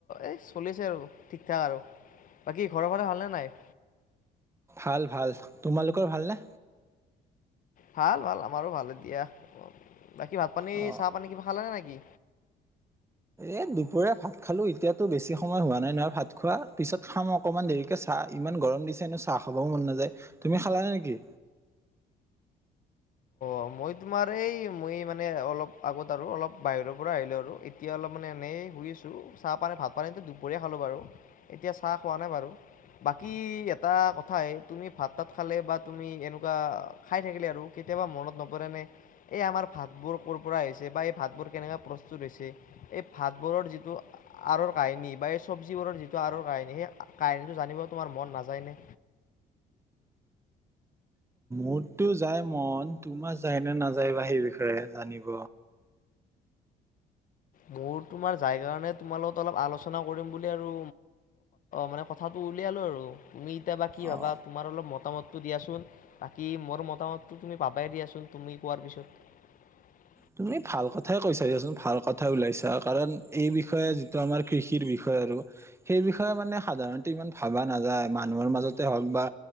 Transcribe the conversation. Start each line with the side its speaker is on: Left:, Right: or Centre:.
Left: এ চলিছে আৰু ঠিকঠাক আৰু। বাকী ঘৰৰ ফাল ভালনে নাই?
Right: ভাল ভাল, তোমালোকৰ ভালনে?
Left: ভাল ভাল আমাৰো ভাল এতিয়া, বাকী ভাত পানী
Right: অ
Left: চাহ পানী কিবা খালে নে নেকি?
Right: এই দুপৰীয়া ভাত খালো এতিয়াতো বেছি সময় হোৱা নাই নহয় ভাত খোৱা, পিছত খাম অকণমান দেৰিকে চাহ ইমান গৰম দিছে নো চাহ খাবও মন নাযায়, তুমি খালা নেকি?
Left: অ' মই তোমাৰ এই মই মানে অলপ আগত আৰু অলপ বাহিৰৰ পৰা আহিলো আৰু এতিয়া অলপ মানে এনেই শুই আছো চাহ পানী ভাত পানীটো দুপৰীয়া খালো বাৰু, এতিয়া চাহ খোৱা নাই বাৰু। বাকী এটা কথাই তুমি ভাত তাত খালে বা তুমি এনেকুৱা খাই থাকিলে আৰু কেয়াব মনত ন পৰেনে এই আমাৰ ভাতবোৰ ক'ৰ পৰা আহিছে বা এই ভাতবোৰ কেনেকা প্ৰস্তুত হৈছে, এই ভাতবোৰ বোৰৰ যিটো আঁৰৰ কাহিনী বা এই চব্জিবোৰৰ যিটো আঁৰৰ কাহিনী সেই কাহিনীটো জানিব তোমাৰ মন নাযায় নে?
Right: মোৰতো যায় মন, তোমা যায় নে নাযায় বা সেই বিষয়ে জানিব।
Left: মোৰ তোমাৰ যাই কাৰণে তোমাল অলপ আলোচনা কৰিম বুলি আৰু মানে কথাটো উলিয়ালো আৰু তুমি এতিয়া বা কি ভাবা
Right: অ
Left: তোমাৰ অলপ মতামতটো দিয়াচোন কি মোৰ মতামতটো তুমি পাবাই দিয়াচোন তুমি কোৱাৰ পিছত।
Right: তুমি ভাল কথাই কৈছা দিয়াচোন ভাল কথাই ওলাইছা কাৰণ এই বিষয়ে যিটো আমাৰ কৃষিৰ বিষয়ে আৰু, সেই বিষয়ে মানে সাধাৰণতে ইমান ভাবা নাযায় মানুহৰ মাজতে হওক বা